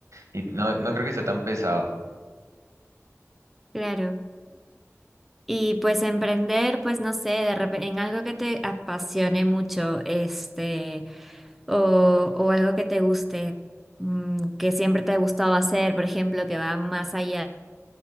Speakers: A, on the right; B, in the centre.
A: y no, no creo que sea tan pesado.
B: Claro. Y pues emprender, pues no sé, de repente en algo que te apasione mucho, este, o, o algo que te guste, mm, que siempre te ha gustado hacer, por ejemplo, que va más allá.